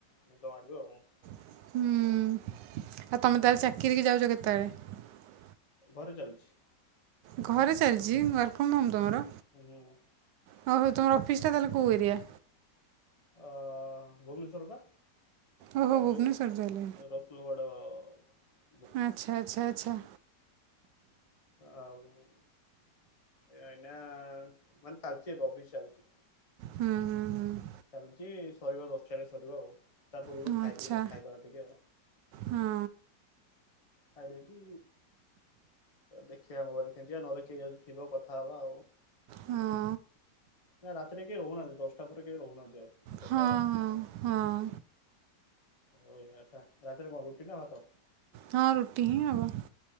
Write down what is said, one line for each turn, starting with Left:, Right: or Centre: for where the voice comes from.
Left: ନିଦ ମାଡିବ ଆଉ।
Right: ହୁଁ ଆଉ ତମେ ତାହେଲେ ଚାକିରିକି ଯାଉଛ କେତେବେଳେ?
Left: ଘରେ ଚାଲୁଛି।
Right: ଘରେ ଚାଲିଛି ୱାର୍କ ଫ୍ରମ ହୋମ ତମର?
Left: ହୁଁ।
Right: ହଉ ହଉ ତୁମର ଅଫିସ ଟା ତାହେଲେ କୋଉ ଏରିଆ?
Left: ଅ ଭୁବନେଶ୍ଵର ପା
Right: ଓହୋ ଭୁବନେଶ୍ୱର
Left: ଯୋଉ
Right: ତାହେଲେ
Left: ରଶୁଲଗଡ଼। ଆ
Right: ଆଚ୍ଛା ଆଚ୍ଛା ଆଚ୍ଛା।
Left: ଆଉ। ଆଇନା ମାନେ ଚାଲିଚି ଏବେ ଅଫିସ ଚାଲିଛି।
Right: ହୁଁ ହୁଁ ହୁଁ।
Left: ଚାଲିଛି ସରିବ ଦଶଟାରେ ସରିବ ଆଉ। ତା ପୂର୍ବରୁ
Right: ହୁଁ
Left: ଖାଇଦିଏ
Right: ଆଚ୍ଛା
Left: ଖାଇଦବା ଟିକେ ଆଉ।
Right: ହଁ
Left: ଖାଇଦେଇକି ଦେଖିବା ମୋବାଇଲ କେଞ୍ଚିବା ନହେଲେ କିଏ ଯଦି ଥିବ କଥା ହବା ଆଉ।
Right: ହଁ
Left: ନା ରାତିରେ କେହି ରହୁନାହାନ୍ତି ଦଶଟା ପରେ କେହି ରହୁନାହାନ୍ତି ଆଉ। କଥା
Right: ହଁ ହଁ
Left: ହବା ପାଇଁ।
Right: ହଁ।
Left: ହଉ ଏଗାରଟା ରାତିରେ କଣ ରୁଟି ନା ଭାତ?
Right: ହଁ ରୁଟି ହିଁ ହବ।